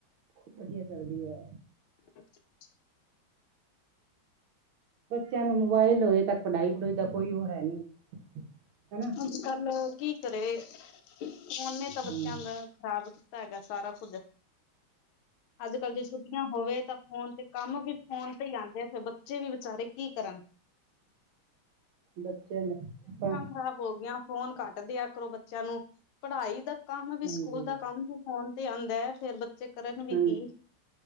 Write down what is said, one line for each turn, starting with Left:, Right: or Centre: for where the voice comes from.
Right: ਵਧੀਆ ਚਲਦੀ ਐ।
Left: ਅੱਛਾ
Right: ਬੱਚਿਆਂ ਨੂੰ ਮੋਬਾਇਲ ਹੋਏ ਤੱਕ ਪੜ੍ਹਾਈ ਪੜੂਈ ਦਾ ਕੋਈ ਉਹ ਹੈ ਨਹੀਂ। ਹੈਨਾ
Left: ਅੱਜ ਕੱਲ ਕੀ ਕਰੇ ਫੋਨ ਨੇ ਤਾਂ ਬੱਚਿਆਂ
Right: ਹਮ,
Left: ਦਾ ਖ਼ਰਾਬ ਹੈਗਾ ਸਾਰਾ ਕੁੱਝ ਅੱਜ ਕੱਲ੍ਹ ਜੇ ਛੁੱਟੀਆਂ ਹੋਵੇ ਤਾਂ ਫੋਨ ਤੇ ਕੰਮ ਵੀ ਫੋਨ ਤੇ ਹੀ ਆਉਂਦੇ ਫਿਰ ਬੱਚੇ ਵੀ ਵਿਚਾਰੇ ਕੀ ਕਰਨ
Right: ਬੱਚਿਆਂ ਦਾਂ ਤਾਂ
Left: ਖਰਾਬ ਹੋ ਗਿਆਂ ਫ਼ੋਨ ਘੱਟ ਦਿਆ ਕਰੋ ਬੱਚਿਆਂ ਨੂੰ ਪੜ੍ਹਾਈ ਦਾ ਕੰਮ ਵੀ
Right: ਹਾਂਜੀ
Left: ਸਕੂਲ ਦਾ ਕੰਮ ਫੋਨ ਤੇ ਆਂਦਾ ਫੇਰ ਬੱਚੇ ਕਰਨ ਵੀ
Right: ਹਾਂਜੀ
Left: ਕੀ